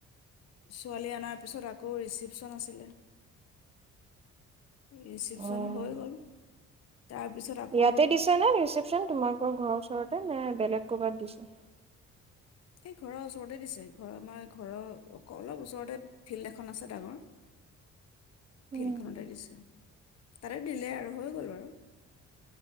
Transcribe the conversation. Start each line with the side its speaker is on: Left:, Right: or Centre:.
Left: ছোৱালী অনাৰ পিছত আকৌ ৰিচিপচন আছিলে, ৰিচিপচন
Right: অ',
Left: হৈ গ'ল। তাৰপিছত আকৌ
Right: ইয়াতে দিছেনে ৰিচিপশ্যন? তোমালোকৰ ঘৰ ওচ তেনে বেলেগ ক'ৰবাত দিছে?
Left: এই ঘৰৰ ওচৰতে দিছে, ঘৰৰ আমাৰ ঘৰৰ অক-অলপ ওচৰতে ফিল্ড এখন আছে ডাঙৰ,
Right: উম,
Left: ফিল্ডখনতে দিছে, তাতে দিলে আৰু হৈ গ'ল বাৰু।